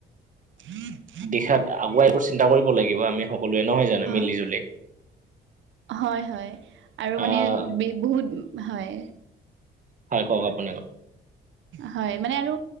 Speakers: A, on the right; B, on the right.
A: হ <inaudible>
B: দিশাত আগুৱাই এইবোৰ চিন্তা কৰিব লাগিব আমি সকলোৱে নহয় জানো
A: হ-
B: মিলি জুলি
A: হয় হয় আৰু মানে
B: আহ
A: বহুত হয়।
B: হয় কওক আপুনি কওক?
A: হয় মানে আৰু